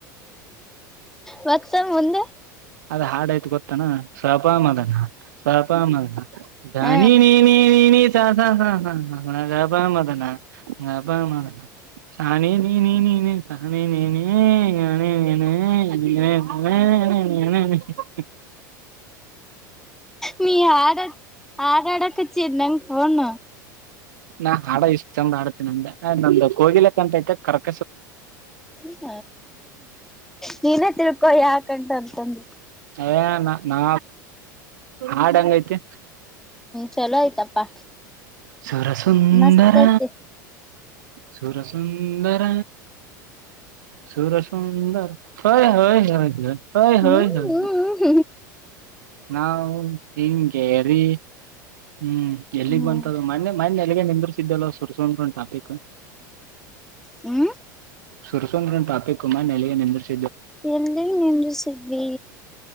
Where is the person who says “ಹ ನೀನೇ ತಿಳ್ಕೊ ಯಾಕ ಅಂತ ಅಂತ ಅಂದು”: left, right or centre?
Centre